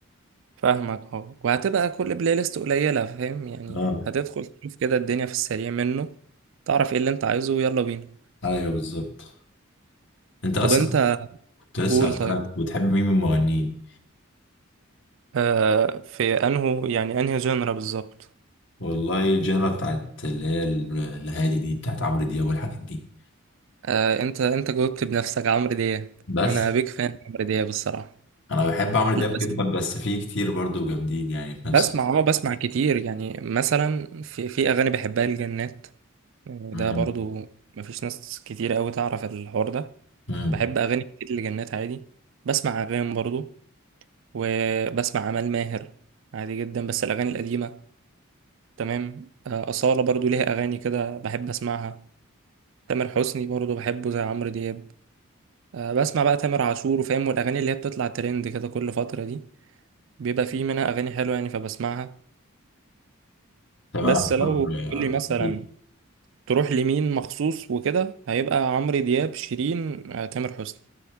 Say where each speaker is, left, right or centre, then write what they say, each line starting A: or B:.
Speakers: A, on the right; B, on the left.
A: فاهمك اه وهتبقى كل بلاي ليست قليلة فاهم يعني
B: اه
A: هتدخل تشوف كده الدنيا في السريع منه تعرف ايه اللي انت عايزه ويلا بينا
B: ايوه بالظبط انت اصلا
A: طب انت
B: كنت لسه
A: قول
B: هسألك
A: طيب
B: بتحب مين من المغنيين
A: آه في انهو يعني انهي جنرا بالظبط
B: والله الجنرا بتاعت اللي هي ال- الهادي دي بتاعت عمرو دياب والحاجات دي
A: آه انت انت جاوبت بنفسك عمرو دياب
B: بس
A: انا بيك فان عمرو دياب الصراحة
B: انا بحب عمرو دياب
A: لا بس
B: جدا بس في كتير برضو جامدين يعني في نفس
A: بسمع اه بسمع كتير يعني مثلا في في اغاني بحبها الجنات يعني
B: امم
A: ده برضو مفيش ناس كتير قوي تعرف الحوار ده
B: امم
A: بحب اغاني كتير لجنات عادي بسمع اغاني برضو وبسمع عمال ماهر عادي جدا بس الأغاني القديمة تمام آه، أصالة برضو ليها أغاني كده بحب أسمعها تامر حسني برضو بحبه زي عمرو دياب آه، بسمع بقى تامر عاشور وفاهم والأغاني اللي هي بتطلع ترند كده كل فترة دي بيبقى فيه منها أغاني حلوة يعني فبسمعها
B: تامر
A: بس
B: عاشور
A: لو تقول
B: آه،
A: لي مثلا
B: خطيب
A: تروح لمين مخصوص وكده هيبقى عمرو دياب شيرين آه، تامر حسني